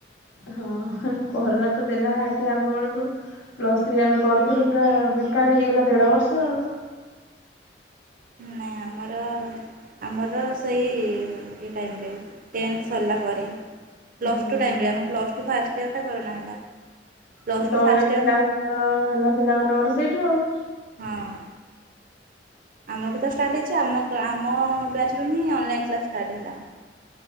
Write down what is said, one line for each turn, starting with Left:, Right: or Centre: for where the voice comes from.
Left: ହଁ କରୋନା ତ ଦେଲା ଘାଣ୍ଟି ଆମ ବେଳକୁ। ପ୍ଲସ୍ ଥ୍ରୀ ଆମେ କରୁଥିଲୁ ପୁରା ବେକାର ହେଇଗଲା ଦେଢ଼ ବର୍ଷ ଆଉ
Right: ନାଇଁ ଆମର ଆମର ସେଇ ଏ ଟାଇମ୍ ରେ ଟେନ୍ଥ ସରିଲା ପରେ। ପ୍ଲସ୍
Left: ହଁ
Right: ଟୁ ଟାଇମରେ ଆମର ପ୍ଲସ୍ ଟୁ ଫାଷ୍ଟ ୟୀରଟା କରୋନା ହେଲା। ପ୍ଲସ୍
Left: ସେ
Right: ଟୁ
Left: ତ ଅନଲାଇନ
Right: ଫାଷ୍ଟ ଇୟରଟା
Left: କ୍ଲାସର ହେଲା ପିଲାମାନଙ୍କର ସେଇଠୁ ଆଉ।
Right: ହଁ, ଆମଠୁ ତ ଷ୍ଟାର୍ଟ ହେଇଛି ଆମ-ଆମ ବ୍ୟାଚରୁ ହିଁ ଅନଲାଇନ୍ କ୍ଲାସ୍ ଷ୍ଟାର୍ଟ ହେଲା।